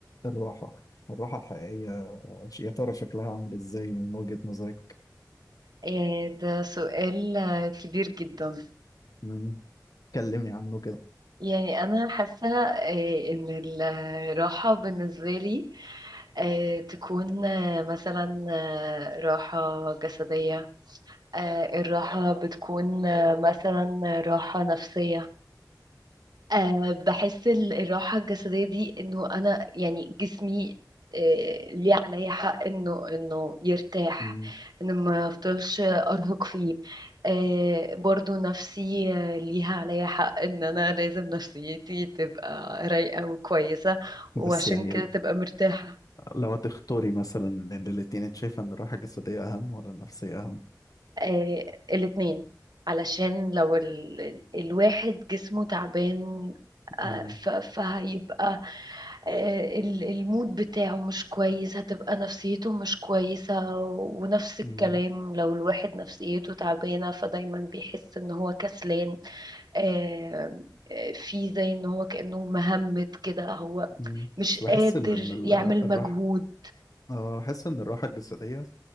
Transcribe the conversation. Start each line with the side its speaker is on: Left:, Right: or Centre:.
Left: الراحة الراحة الحقيقية ش- يا ترى شكلها عامل ازاي من وجهة نظرك؟
Right: آه، ده سؤال آه، كبير جدا
Left: مم. كلمي عنه كده
Right: يعني أنا حاسة آه، إن الراحة بالنسبة لي آه، تكون آه، مثلا آه، راحة جسدية آه، الراحة بتكون آه، مثلا آه، راحة نفسية أه بحس ال- الراحة الجسدية دي انه انا يعني جسمي أه ليه عليا حق انه انه يرتاح
Left: مم.
Right: ان ما افضلش ارهق فيه أه برضو نفسي آه، ليها عليا حق ان انا لازم نفسيتي تبقى رايقة وكويسة وعشان
Left: بس يعني
Right: كده
Left: ال-
Right: تبقى مرتاحة
Left: لو هتختاري مثلا بين الاتنين انت شايفة ان الراحة الجسدية اهم ولا النفسية اهم
Right: آه الاتنين علشان لو ال... ال- الواحد جسمه تعبان آه
Left: مم.
Right: ف... فهيبقى آه ال- المود بتاعه مش كويس هتبقى نفسيته مش كويسة ونفس الكلام
Left: مم.
Right: لو الواحد نفسيته تعبانة فدايما بيحس ان هو كسلان آه آه، في زي ان هو كأنه مهمت كده هو
Left: مم.
Right: مش
Left: بس
Right: قادر
Left: بحس ان إن ال-
Right: يعمل
Left: الراحة
Right: مجهود
Left: اه بحس ان الراحة الجسدية